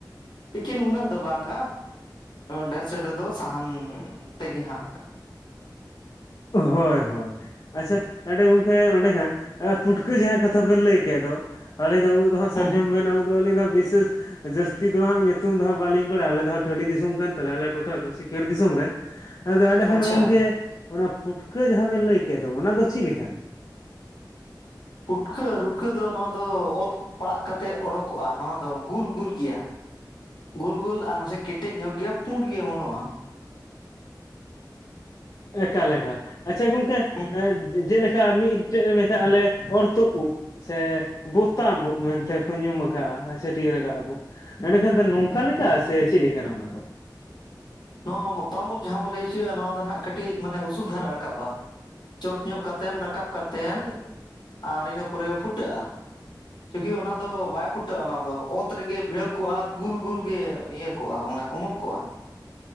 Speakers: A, on the left (about 75°); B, on the left (about 50°).
A: ᱞᱤᱠᱤᱱ ᱩᱱᱟᱹᱜ ᱫᱚ ᱵᱟᱝᱟ ᱰᱷᱮᱨ ᱥᱮᱰᱮ ᱫᱚ ᱥᱟᱦᱟᱱ ᱛᱮᱜᱮ ᱦᱟᱸᱜ
B: ᱦᱳᱭ ᱦᱳᱭ ᱟᱪᱷᱟ ᱱᱟᱸᱰᱮ ᱜᱚᱝᱠᱮ ᱚᱸᱰᱮ ᱠᱷᱟᱱ ᱯᱩᱴᱠᱟᱹ ᱡᱟᱦᱟᱸ ᱠᱟᱛᱷᱟ ᱵᱮᱱ ᱞᱟᱹᱭ ᱠᱮᱫ ᱫᱚ ᱟᱹᱞᱤᱧ ᱫᱚ ᱩᱫ ᱫᱚ ᱦᱟᱸᱜ ᱥᱟᱨᱡᱚᱢ
A: ᱦᱩᱸ
B: ᱵᱮᱱᱟ ᱩᱫ ᱫᱚ ᱟᱹᱞᱤᱧ ᱫᱚ ᱵᱤᱥᱮᱥ ᱡᱟᱹᱥᱛᱤ ᱫᱚ ᱦᱟᱸᱜᱟ ᱧᱩᱛᱩᱢ ᱫᱚ ᱦᱟᱸᱜ ᱵᱟᱹᱞᱤᱧ ᱵᱟᱲᱟᱭᱟ ᱟᱞᱮ ᱫᱚ ᱦᱟᱸᱜ ᱴᱟᱺᱰᱤ ᱫᱤᱥᱚᱢ ᱠᱟᱱ ᱛᱟᱞᱮᱭᱟ ᱟᱞᱮ ᱴᱚᱴᱷᱟ ᱫᱚ ᱥᱤᱠᱟᱹᱨ ᱫᱤᱥᱚᱢ ᱨᱮ ᱟᱫᱚ ᱮᱸᱰᱮᱠᱷᱟᱱ
A: ᱟᱪᱪᱷᱟ
B: ᱜᱚᱝᱠᱮ ᱚᱱᱟ ᱯᱩᱴᱠᱟᱹ ᱡᱟᱦᱟᱸ ᱵᱮᱱ ᱞᱟᱹᱭ ᱠᱮᱫ ᱫᱚ ᱚᱱᱟ ᱫᱚ ᱪᱮᱫ ᱞᱮᱠᱟᱱᱟ
A: ᱯᱩᱴᱠᱟᱹ ᱨᱩᱴᱠᱟᱹ ᱫᱚ ᱱᱚᱣᱟ ᱫᱚ ᱚᱛ ᱯᱟᱲᱟᱜ ᱠᱟᱛᱮᱫ ᱚᱰᱳᱠᱚᱜ-ᱟ ᱱᱚᱣᱟ ᱫᱚ ᱜᱩᱞ ᱜᱩᱞ ᱜᱮᱭᱟ᱾ ᱜᱳᱞ ᱜᱳᱞ ᱟᱨ ᱱᱟᱥᱮ ᱠᱮᱴᱮᱡ ᱧᱚᱜ ᱜᱮᱭᱟ ᱯᱩᱸᱰ ᱜᱮ ᱚᱢᱚᱱᱚᱜ-ᱟ᱾
B: ᱮᱠᱟᱞᱮᱠᱟᱞ ᱟᱪᱪᱷᱟ ᱜᱚᱝᱠᱮ
A: ᱦᱩᱸ
B: ᱡᱮᱸ ᱠᱟ ᱢᱤᱫᱴᱮᱡ ᱢᱮᱛᱟᱜ-ᱟ ᱞᱮ ᱚᱨᱛᱚᱜ ᱩᱵ ᱥᱮ ᱵᱚᱛᱟᱢ ᱢᱮᱱᱛᱮ ᱠᱚ ᱧᱩᱢ ᱠᱟᱜ-ᱟ ᱪᱷᱟᱹᱴᱭᱟᱹᱨ ᱠᱟᱜ-ᱟ ᱠᱚ ᱮᱰᱮᱠᱷᱟᱱ ᱫᱚ ᱱᱚᱝᱠᱟ ᱞᱮᱠᱟ ᱥᱮ ᱪᱮᱫ ᱞᱮᱠᱟᱱᱟ ᱚᱱᱟ ᱫᱚ?
A: ᱱᱚᱣᱟ ᱢᱚᱛᱟᱢᱚᱛ ᱡᱟᱦᱟᱸ ᱵᱚ ᱞᱟᱹᱭ ᱦᱚᱪᱚᱣᱟᱜ-ᱟ ᱱᱚᱣᱟ ᱫᱚ ᱱᱟᱜ ᱠᱟᱹᱴᱤᱡ ᱢᱟᱱᱮ ᱩᱥᱩᱞ ᱫᱷᱟᱨᱟ ᱨᱟᱠᱟᱵ ᱟ᱾ ᱪᱚᱴ ᱧᱚᱜ ᱠᱟᱛᱮᱫ ᱨᱟᱠᱟᱵ ᱠᱟᱛᱮᱫ ᱟᱨ ᱤᱱᱟᱹ ᱯᱚᱨᱮ ᱯᱷᱩᱴᱟᱹᱜ ᱟ᱾ ᱪᱩᱠᱤ ᱚᱱᱟ ᱫᱚ ᱵᱟᱭ ᱯᱷᱩᱴᱟᱹᱜ ᱟ ᱚᱱᱟ ᱫᱚ ᱚᱛ ᱨᱮᱜᱮ ᱵᱷᱤᱲᱟᱹᱣ ᱠᱚᱜ ᱟ ᱟᱨ ᱜᱩᱞ ᱜᱩᱞ ᱜᱮ ᱤᱭᱟᱹ ᱠᱚᱜ ᱟ ᱚᱱᱟ ᱚᱢᱚᱱ ᱠᱚᱜ ᱟ᱾